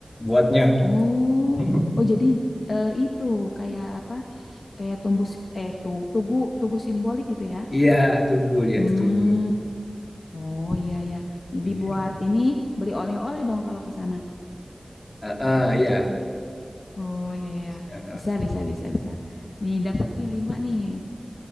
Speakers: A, on the left; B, on the left.
A: buatnya.
B: Oh,
A: <laughs>
B: oh, jadi eh, itu kayak apa? Kayak tumbuh, si- eh, tuh, tugu, tugu simbolik gitu ya?
A: Iya, tugu dia
B: Hmm,
A: itu tugu.
B: oh, iya, ya. Jadi
A: Iya.
B: buat ini beli oleh-oleh dong kalau ke sana.
A: Ah, ah, iya.
B: Oh, ya, ya, ya.
A: Eh,
B: Bisa, bisa, bisa, bisa. Nih, dapat nih lima nih.